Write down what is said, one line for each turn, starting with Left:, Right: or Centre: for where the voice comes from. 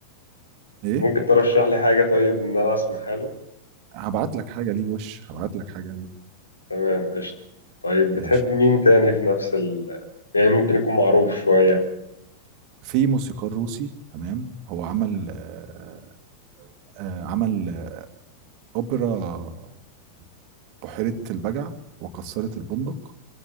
Right: ايه
Left: ممكن ترشح لي حاجة طيب إن أنا أسمعها له
Right: هبعت لك حاجه ليه وش هبعت لك حاجه ليه
Left: تمام قشطة طيب بتحب
Right: ماشي
Left: مين تاني في نفس ال يعني ممكن يكون معروف شوية
Right: في موسيقار روسي تمام هو عمل آه آه عمل آه، اوبرا بحيره البجع وكسرت البندق